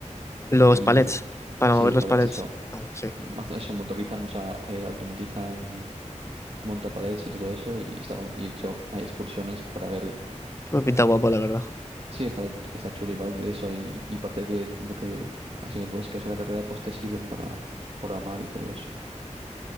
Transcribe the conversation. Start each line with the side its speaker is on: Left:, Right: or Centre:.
Left: Los
Right: Y
Left: palets, para
Right: sí,
Left: mover
Right: los
Left: los
Right: palets,
Left: palets.
Right: eso.
Left: Vale, sí.
Right: Más- Eso motorizan, o sea, eh, automatizan montapalets y todo eso, y estaba, y de hecho hay excursiones para verlo.
Left: Me pinta guapo, la verdad.
Right: Sí, está, está chulo y va de eso, y, y parece que lo que asignaturas que haces en la carrera pues te sirven para programar y todo eso.